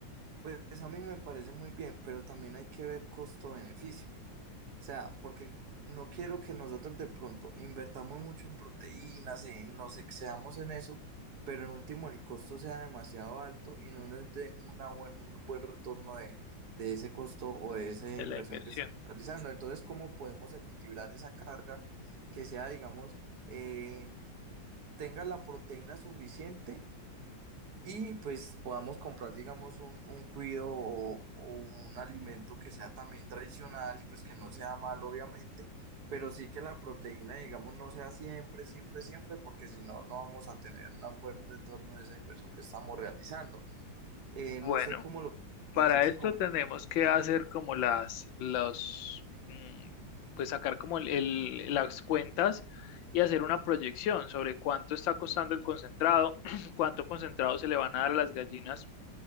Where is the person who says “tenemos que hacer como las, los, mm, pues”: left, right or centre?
Left